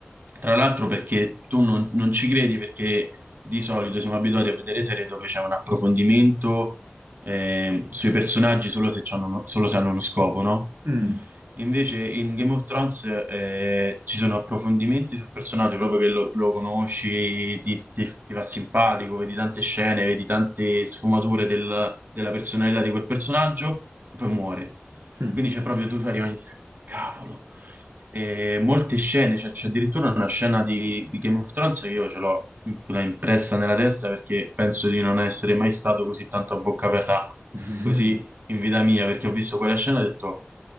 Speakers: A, on the right; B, on the right.
A: tra l'altro perché tu non, non ci credi, perché di solito siamo abituati a vedere serie dove c'è un approfondimento ehm, sui personaggi solo se, c'hanno uno- solo se hanno uno scopo, no?
B: Mm,
A: Invece in Game of Thrones eh, ci sono approfondimenti sul personaggio proprio che lo, lo conosci, ti, ti- ti fa simpatico, vedi tante scene, vedi tante sfumature del- della personalità di quel personaggio e poi muore.
B: mm.
A: Quindi c'è proprio tu fai rimani, cavolo. E molte scene, cioè c'è addirittura una scena di, di Game of Thrones che io ce l'ho in quella impressa nella testa perché penso di non essere mai stato così tanto a bocca aperta
B: <laughs>
A: così in vita mia, perché ho visto quella scena e ho detto,